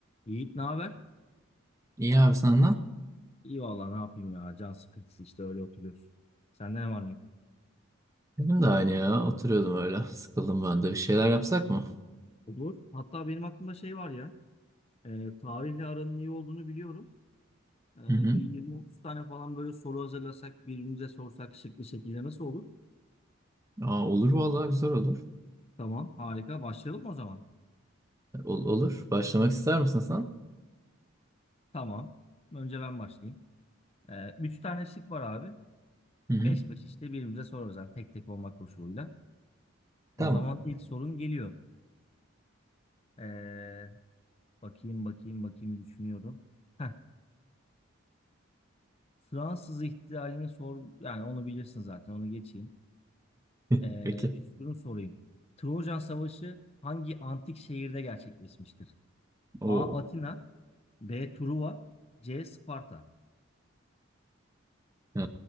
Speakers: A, on the left; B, on the right.
A: Yiğit ne haber?
B: İyi abi senden.
A: İyi vallahi ne yapayım ya. Can sıkıntısı işte öyle oturuyoruz. Sende ne var ne yok?
B: Benim de aynı ya. Oturuyordum öyle. Sıkıldım ben de. Bir şeyler yapsak mı?
A: Olur. Hatta benim aklımda şey var ya. E, tarihle aranın iyi olduğunu biliyorum. E,
B: Hı hı.
A: bir 20-30 tane falan böyle soru hazırlasak birbirimize sorsak şık bir şekilde nasıl olur?
B: Aa, olur vallahi güzel olur.
A: Tamam harika. Başlayalım mı o zaman?
B: Ol- olur. Başlamak ister misin sen?
A: Tamam. Önce ben başlayayım. E, 3 tane şık var abi.
B: Hı
A: Beş
B: hı.
A: beş işte birbirimize sorarız. Yani tek tek olmak koşuluyla.
B: Tamam.
A: O zaman ilk sorun geliyor. E, bakayım bakayım bakayım düşünüyorum. Heh. Fransız ihtilalini sor yani onu bilirsin zaten onu geçeyim.
B: <laughs>
A: Ee,
B: Peki.
A: şunu sorayım. Trojan Savaşı hangi antik şehirde gerçekleşmiştir?
B: Oo.
A: A. Atina B. Truva C. Sparta
B: Ee,